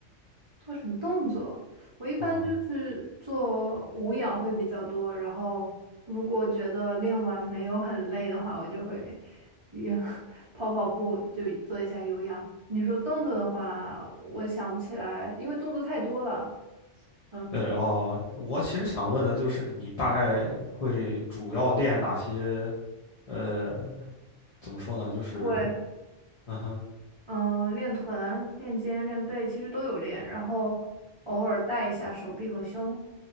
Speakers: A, on the right; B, on the left.
A: 做什么动作？我一般就是做无氧会比较多，
B: 啊哈，
A: 然后如果觉得练完没有很累的话，我就会也 <laughs> 跑跑步，就做一下有氧。你说动作的话，我想不起来，因为动作太多了。嗯，
B: 对哦，我其实想问的就是，你大概会主要练哪些？呃，怎么说呢？就是，
A: 对，
B: 嗯哼，
A: 嗯，练臀、练肩、练背其实都有练，然后偶尔带一下手臂和胸，